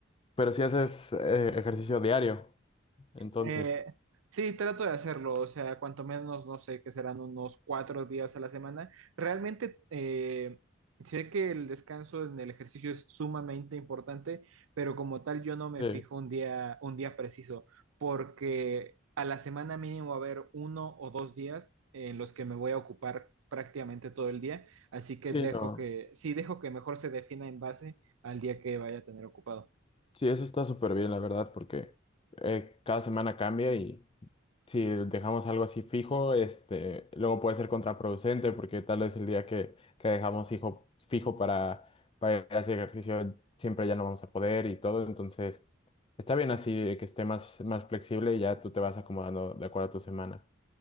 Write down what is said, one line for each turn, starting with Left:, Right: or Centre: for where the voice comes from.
Left: Pero si haces eh, ejercicio diario, entonces.
Right: Eh, sí, trato de hacerlo, o sea, cuanto menos, no sé, que serán unos cuatro días a la semana. Realmente eh, sé que el descanso en el ejercicio es sumamente importante, pero como tal yo no me
Left: Sí,
Right: fijo un día, un día preciso, porque a la semana mínimo va a haber uno o dos días en los que me voy a ocupar prácticamente todo el día, así que
Left: sí,
Right: dejo
Left: no.
Right: que, sí, dejo que mejor se defina en base al día que vaya a tener ocupado.
Left: Sí, eso está súper bien, la verdad, porque eh, cada semana cambia y, si dejamos algo así fijo, este, luego puede ser contraproducente porque tal vez el día que, que dejamos fijo, fijo para, para ir a hacer ejercicio siempre ya no vamos a poder y todo. Entonces, está bien así de que esté más, más flexible y ya tú te vas acomodando de acuerdo a tu semana.